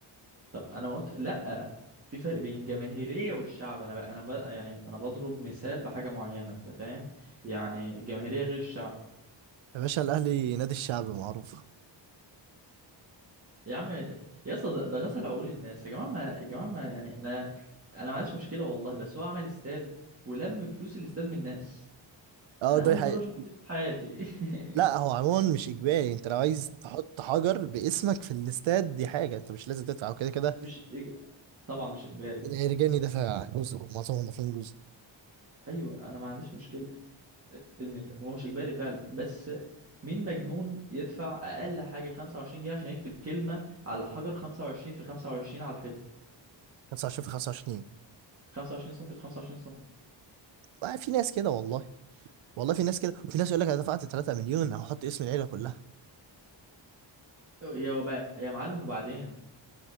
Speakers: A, on the right; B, on the right.
A: طب انا ما قلت لا في فرق بين الجماهيريه والشعب انا بقى انا بقى يعني انا بضرب مثال بحاجه معينه انت فاهم يعني الجماهيريه غير الشعب
B: يا باشا الاهلي نادي الشعب معروفه
A: يا عم يت- يا اسطى ده ده غسل عقول الناس يا جماعه ما يا جماعه ما يعني انا انا ما عنديش مشكله والله بس هو عمل استاد ولم فلوس الاستاد من الناس
B: اه
A: انا
B: ده
A: اول
B: حقيقي
A: مره اشوف كده في حياتي <laughs>
B: لا هو عموما مش اجباري انت لو عايز تحط حجر باسمك في الاستاد دي حاجه انت مش لازم تدفع وكده كده
A: مش إج... طبعا مش اجباري
B: الرجاني دافع جزء معظمهم دافعين جزء
A: ايوه انا ما عنديش مشكله ان ده هو مش اجباري فعلا بس مين مجنون يدفع اقل حاجه 25 جنيه عشان يكتب كلمه على حجر 25 في 25 على الحيطه
B: 25 في 25
A: 25 سم في 25 سم
B: بقى في ناس كده والله والله في ناس كده وفي ناس يقول لك انا دفعت 3 مليون هحط اسم العيله كلها
A: يا وب- يا معلم وبعدين